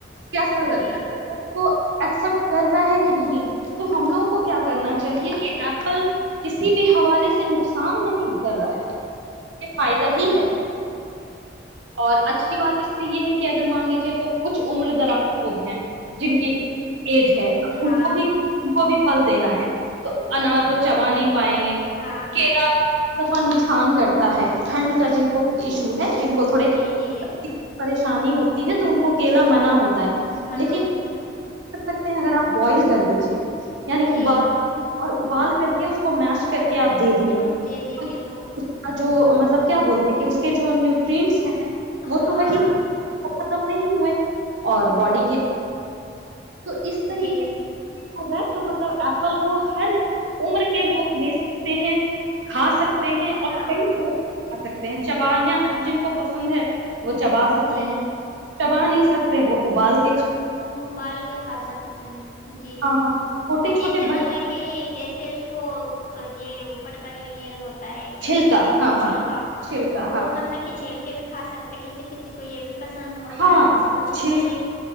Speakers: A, on the right; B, on the left.
A: کیسا لگا
B: جی
A: کو ایکسپٹ کر رہا ہے کہ نہیں تو ہم لوگوں کو کیا کرنا چاہیے کہ ایپل کسی حوالے سے نقصان نہیں کر رہا ہے یہ فائدہ ہی
B: جی
A: ہے اور اچھی بات اس میں یہ ہے کہ اگر مان لیجیے لوگ کچھ عمر دراز لوگ ہیں جن کی ایج ہے ا ان
B: ہاں
A: کو بھی ان کو بھی فھل دینا ہے تو انار وہ تو چبا نہیں پائیں گے
B: ہاں
A: کہ
B: ہاں
A: ن ایک دفعہ نقصان کرتا تا ہے ٹھنڈ کا جن کو ایشو <inaudible> جن کو تھوڑےریش
B: جی جی جی
A: شانی ہوتی ہے تو ان کو کیلا منا ہوتا ہے
B: منع
A: لیکن
B: ہوتا
A: کیا کر سکتے ہیں اگر آپ بوائل کر دیجیے
B: ہے
A: یعنی
B: جی
A: ابال اور ابال کر کے اس کو میش کر کے آپ دے دیے
B: اب دے دیجیے
A: <inaudible>
B: تو
A: جو مطلب کیا بولتے کہ اس جو نیوٹرینٹس ہیں وہ
B: ہاں
A: تو وہی ختم نہیں ہوئے <inaudible> اور
B: ہوں
A: باڈی
B: ہوں
A: کے تو اس طریقے
B: جی
A: سے دیکا جائے تو مطلب ایپل کو ہر عمر کے لوگ لے سکتے ہیں کھا سکتے ہیں اور
B: ہاں
A: کئی لوگ آ سکتے ہیں چبانیا جن کو پسند ہے وہ چبا سکتے
B: جی
A: ہیں ٹبا نہیں سکتے وہ ابالتے
B: ابال کے کھا سکتے ہیں جی
A: ہاں ہاں چھوٹے
B: جس
A: چھوٹے
B: سے
A: بچے
B: مطلب کہ جیسے اس کو یہ اوپر کا جو یہ ہوتا تا ہے کیا
A: چھلکا
B: کہتے
A: ہاں ہاں
B: چھلکا
A: چھلکا
B: وہ
A: ہاں
B: مطلب کہ چھیل کے بھی کھا سکتے ہیں کسی کسی کو یہ بھی پسند ہوتا
A: ہاں
B: ہے کسی کو چھلکے
A: چھل